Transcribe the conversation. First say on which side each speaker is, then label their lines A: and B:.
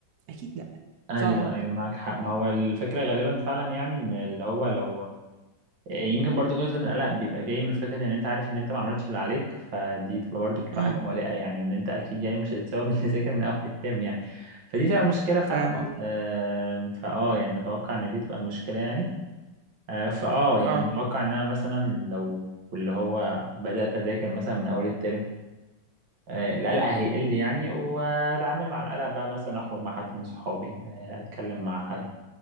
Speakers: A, on the right (about 65°); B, on the right (about 85°).
A: اكيد لا
B: أيوه
A: صح ولا غلط
B: أيوه معاك حق ما هو الفكرة غالبا فعلا يعني إن اللي هو لو آه، يمكن برضو جزء من القلق بيبقى جاي من فكرة إن أنت عارف إن أنت ما عملتش اللي عليك فدي تبقى برضو بتبقى
A: امم
B: حاجة مقلقة يعني وإن أنت أكيد يعني مش هتتثوب <laughs> اللي ذاكر من أول الترم يعني فدي تبقى المشكلة فعلا
A: فاهم قصدي
B: آم، فأه يعني أتوقع إن دي تبقى المشكلة يعني آه، فاه يعني
A: اه
B: انا اتوقع ان انا مثلا لو اللي هو بدات اذاكر مثلا من اول الترم آه، القلق هيقل يعني واتعامل مع القلق بقى مثلا اخرج مع حد من صحابي آه، اتكلم مع حد